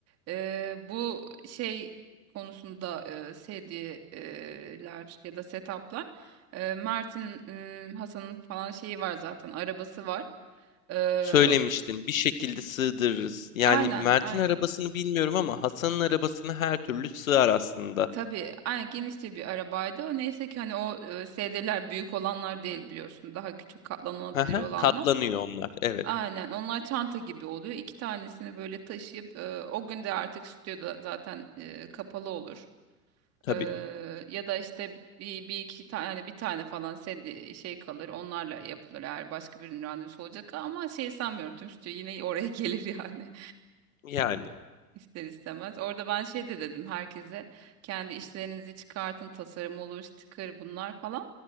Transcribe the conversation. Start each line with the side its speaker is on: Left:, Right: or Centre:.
Right: eee, bu şey konusunda eee sedyeler ya da setuplar eee Mert'in ım, Hasan'ın falan şeyi var zaten arabası var. Eee,
Left: Söylemiştin, bir şekilde sığdırırız. Yani
Right: aynen
Left: Mert'in
Right: aynen.
Left: arabasını bilmiyorum ama Hasan'ın arabasını her türlü sığar aslında.
Right: Tabii aynen genişçe bir arabaydı. Neyse ki hani o e, sedyeler büyük olanlar değil biliyorsun. Daha küçük katlanabilir
Left: Hı hı,
Right: olanlar.
Left: Katlanıyor onlar. Evet,
Right: Aynen onlar çanta gibi oluyor. İki tanesini böyle taşıyıp e, o gün de artık stüdyoda zaten e, kapalı olur.
Left: tabii.
Right: E, ya da işte bir, bir iki tane yani bir tane falan sedi- şey kalır. Onlarla yapılır eğer başka birinin randevusu olacak ama şey sanmıyorum tüm stüdyo yine oraya <laughs> gelir yani.
Left: Yani.
Right: İster istemez. Orada ben şey de dedim herkese kendi işlerinizi çıkartın tasarım olur sticker bunlar falan.